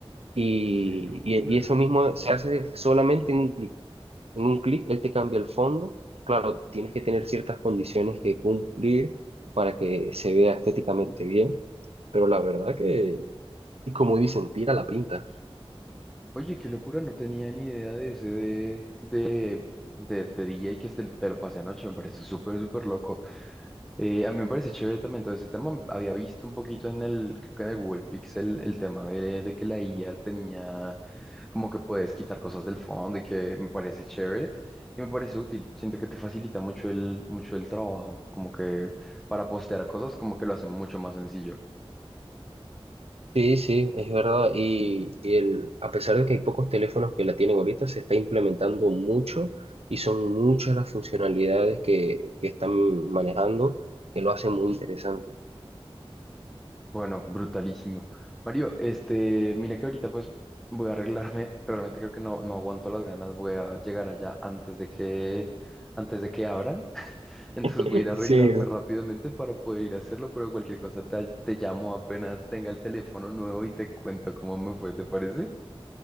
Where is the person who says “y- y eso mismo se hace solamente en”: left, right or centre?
Right